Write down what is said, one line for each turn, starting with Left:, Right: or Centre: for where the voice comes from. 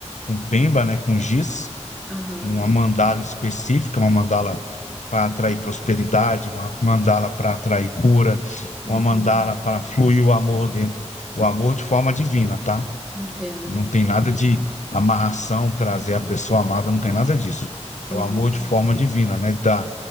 Left: com pemba, né? Com giz,
Centre: Aham.
Left: uma mandala específica, uma mandala para atrair prosperidade, uma mandala para atrair cura,
Centre: Uhum.
Left: uma mandala para fluir o amor dentro, o amor de forma divina, tá?
Centre: Entendo.
Left: Não tem nada de amarração, trazer a pessoa amada, não tem nada disso. É
Centre: Aham.
Left: o amor de forma divina, né? Da,